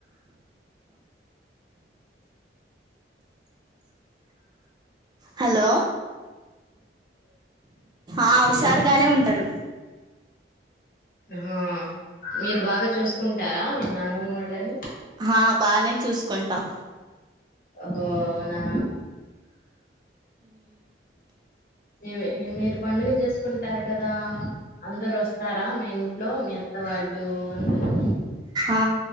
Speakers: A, on the right (about 25°); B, on the left (about 50°).
A: హలో ఆ హుషారుగానే ఉంటరు
B: హా మీరు బాగా చూసుకుంటారా మీ నానమ్మోళ్ళని
A: ఆ బానే చూసుకుంటాం
B: హో ఉ అవునా ఇవి మీరు పండుగ చేసుకుంటారు కదా అందరు వస్తారా మా ఇంట్లో మీ అత్త వాళ్ళు అందరూ
A: ఆ